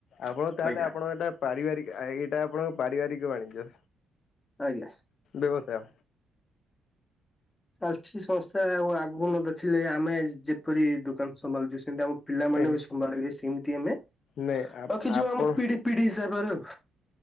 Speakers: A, on the left (about 65°); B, on the left (about 20°).
A: ଆପଣ ତାହେଲେ
B: ଆଜ୍ଞା
A: ଆପଣଙ୍କ ଏଇଟା ପାରିବାରିକ ଆ ଏଇଟା ଆପଣଙ୍କ ପାରିବାରି ବାଣିଜ୍ୟ।
B: ଆଜ୍ଞା।
A: ବ୍ୟବସାୟ।
B: ଚାଲିଛି ସମସ୍ତେ ଆଉ ଆଗକୁ ନ ଦେଖିଲେ ଆମେ ଯ-ଯେପରି ଦୋକାନ ସମ୍ଭାଳୁଛୁ ସେମିତି ଆମ ପିଲାମାନେ
A: ଆଜ୍ଞା
B: ବି ସମ୍ଭାଳିବେ ସେମିତି ଆମେ
A: ନାଇଁ
B: ରଖିଛୁ
A: ଆପଣ
B: ଆମ ପିଢି ପିଢି ହିସାବ ବରେ ଆଉ।